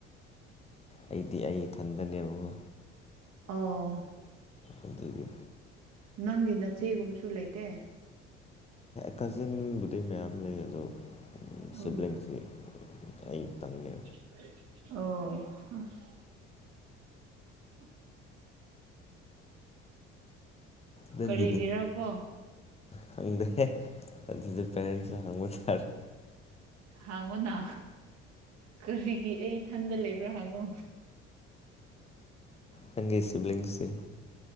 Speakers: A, on the left; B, on the right.
A: ꯑꯩꯗꯤ ꯑꯩ ꯏꯊꯟꯗꯅꯦꯕꯀꯣ
B: ꯑꯣ
A: ꯑꯗꯨꯒꯤ
B: ꯅꯪꯗꯤ ꯅꯆꯦꯒꯨꯝꯕꯁꯨ ꯂꯩꯇꯦ
A: ꯀꯥꯖꯟꯕꯨꯗꯤ ꯃꯌꯥꯝ ꯂꯩ ꯑꯗꯣ ꯁꯤꯕ꯭ꯂꯤꯁꯇꯤ
B: ꯎꯝ
A: ꯑꯩ ꯇꯪꯅꯦ
B: ꯑꯣ <unintelligible>
A: ꯅꯪꯒꯤꯗꯦ
B: ꯀꯔꯤꯒꯤꯔꯀꯣ
A: ꯈꯪꯗꯦ ꯌꯦ ꯑꯗꯨꯗꯤ ꯄꯦꯔꯦꯟꯁꯇ ꯍꯪꯕ ꯇꯥꯔꯦ
B: ꯍꯥꯡꯉꯣ ꯅ ꯀꯔꯤꯒꯤ ꯑꯩ ꯏꯊꯟꯗ ꯂꯩꯕ꯭ꯔꯥ ꯍꯪꯉꯣ
A: ꯆꯪꯒꯤ ꯁꯤꯕ꯭ꯂꯤꯡꯁ ꯁꯤ